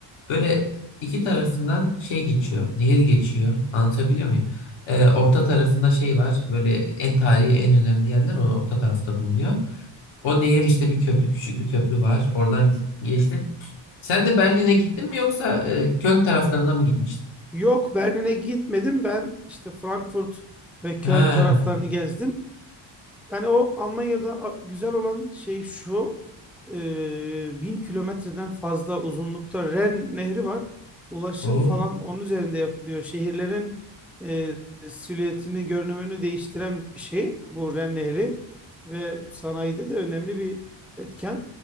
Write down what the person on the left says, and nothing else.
böyle iki tarafından şey geçiyor.
Nehir geçiyor. Anlatabiliyor muyum? Ee, orta tarafında şey var. Böyle en tarihi en önemli yerler o orta tarafta bulunuyor. O nehir işte bir köprü, küçük bir köprü var. Oradan geçtim. Sen de Berlin'e gittin mi yoksa e, Köln taraflarına mı gitmiştin?
Ha.
O.